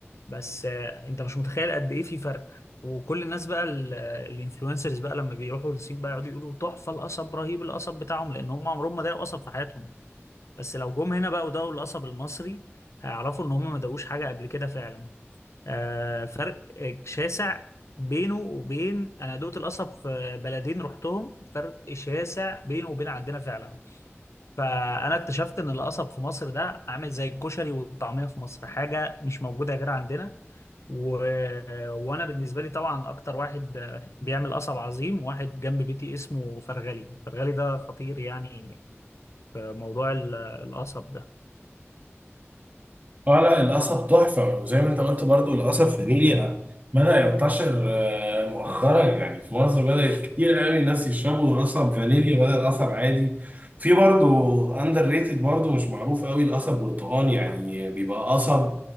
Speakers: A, on the left; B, on the right.
A: بس آه، انت مش متخيل قد ايه في فرق وكل الناس بقى ال- الانفلونسرز بقى لما بيروحوا للصين بقى يقعدوا يقولوا تحفة القصب رهيب القصب بتاعهم لان هم عمرهم ما داقوا قصب في حياتهم بس لو جم هنا بقى وداقوا القصب المصري هيعرفوا ان هم ما داقوش حاجة قبل كده فعلا آه، فرق شاسع بينه وبين انا دقت القصب في بلدين رحتهم فرق شاسع بينه وبين عندنا فعلا فانا اكتشفت ان القصب في مصر ده عامل زي الكشري والطعميه في مصر حاجه مش موجوده غير عندنا و... وانا بالنسبه لي طبعا اكتر واحد بيعمل قصب عظيم واحد جنب بيتي اسمه فرغلي فرغلي ده خطير يعني في موضوع ال- القصب ده
B: اه لا القصب تحفة وزي ما انت قلت برضو القصب في نيلي بدأ ينتشر آه، مؤخرا يعني في مصر بدأت كتير قوي الناس يشربوا قصب فانيلي بدل قصب عادي في برضو اندر ريتد برضو مش معروف قوي القصب برتقال يعني بيبقى قصب